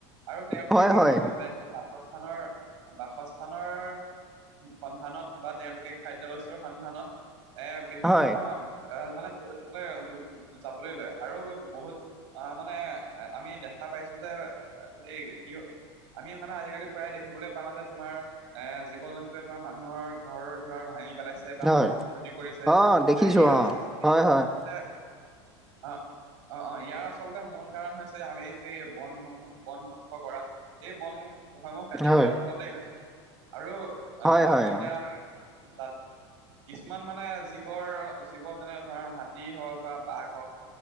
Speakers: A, on the right (about 80°); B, in the centre.
A: আৰু তেওঁলোকে
B: হয়
A: কি
B: হয়
A: কৰিব বাসস্থানৰ বাসস্থানৰ সন্ধানত বা তেওঁলোকে খাদ্য বস্তুৰ সন্ধানত এ বিভিন্ন
B: হয়
A: এ মানে জলে তলে যাবলৈ লয় আৰু বহুত অ মানে আমি দেখা পাইছো যে এই কিয় আমি মানে আজিকালি প্ৰায় দেখিবলৈ পাওঁ যে তোমাৰ এ জীৱ জন্তুৱে তোমাৰ মানুহৰ ঘৰ দুৱাৰ ভাঙি পেলাই ছে বা
B: হয়
A: মানুহক ক্ষতি কৰিছে এ
B: অ দেখিছো
A: ইয়াৰ
B: অ
A: ইয়াৰ
B: হয় হয়
A: আচলতে অ অ অ ইয়াৰ আচলতে মূল কাৰণ হৈছে আমি এই যে বন ধ্বং বন ধ্বংস কৰা। এই বনসমূহ কাটি
B: হয়
A: পলাৰ ফলতেই হৈছে, আৰু আহ
B: হয়
A: আৰু
B: হয়
A: এতিয়া
B: অ
A: বাত কিছুমান মানে জীৱৰ জীৱ যেনে ধৰা হাতী হওক, বা বাঘ হওক